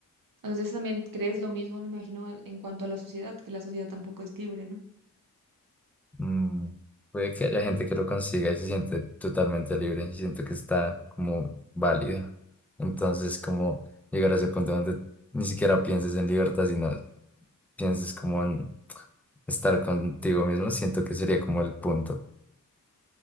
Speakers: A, on the right; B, in the centre.
A: Entonces también crees lo mismo, me imagino, en cuanto a la sociedad, que la sociedad tampoco es libre, ¿no?
B: Mm, puede que haya gente que lo consiga y se siente totalmente libre y siento que está como válido. Entonces, como llegar a ese punto donde ni siquiera pienses en libertad, sino pienses como en estar contigo mismo, siento que sería como el punto.